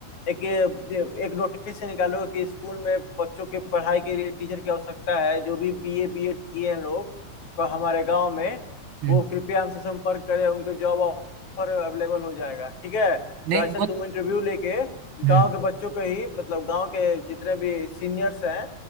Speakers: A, on the left (about 55°); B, on the right (about 55°).
A: एक एक नोटिस निकालो कि स्कूल में बच्चों के पढ़ाई के लिए टीचर की आवश्यकता है जो भी बीए बीएड किए हैं लोग पर हमारे गांव में
B: हम्म।
A: वो कृपया हमसे संपर्क करें उनके जॉब ऑफर अवेलेबल हो जाएगा ठीक है
B: नहीं
A: तो ऐसे
B: वो
A: तुम इंटरव्यू लेके गांव
B: हम्म
A: के बच्चों को ही मतलब गांव के जितने भी सीनियर्स हैं